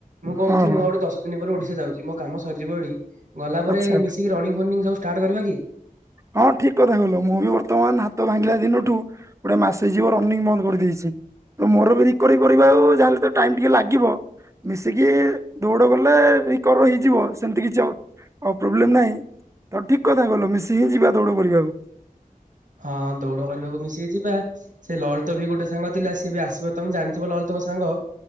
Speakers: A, on the right; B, on the right.
A: ମୁଁ କହୁଥିଲି
B: ହଁ ହଁ
A: ମୁଁ ଆଉ ଗୋଟେ ଦଶ ଦିନ ପରେ ଓଡିଶା ଯାଉଛି ମୋ କାମ ସରିଯିବ ଏଠି ଗଲା ପରେ
B: ଆଚ୍ଛା
A: ଏ ମିଶିକି ରଣିଙ୍ଗ ମର୍ଣ୍ଣିଂ ସବୁ ଷ୍ଟାର୍ଟ କରିବା କି?
B: ହଁ ଠିକ କଥା କହିଲ ମୁଁ ବି ବର୍ତ୍ତମାନ ହାତ ଭାଙ୍ଗିଲା ଦିନଠୁ ଗୋଟେ ମାସ ଯିବ ରନିଙ୍ଗ ବନ୍ଦ କରିଦେଇଛି ତ ମୋର ବି ରିକୋରି କରିବା ଆଉ ଜାହେଲେ ତ ଟାଇମ ଟିକେ ଲାଗିବ ମିଶିକି ଦୌଡ଼ ଗଲେ ରିକବର ହେଇଯିବ ସେମିତି କିଛି ଅ ହଉ ପ୍ରୋବ୍ଲେମ ନାହିଁ ତମେ ଠିକ କଥା କଇଲ ମିଶି ହିଁ ଯିବା ଦୌଡ କରିବାକୁ।
A: ହଁ ଦୌଡ଼ କରିବାକୁ ମିଶିକି ଯିବା ସେ ଲଳିତ ଭି ଗୋଟେ ସାଙ୍ଗ ଥିଲା ସିଏ ବି ଆସିବ ତମେ ଜାଣିଥିବ ଲଳିତଙ୍କ ସାଙ୍ଗ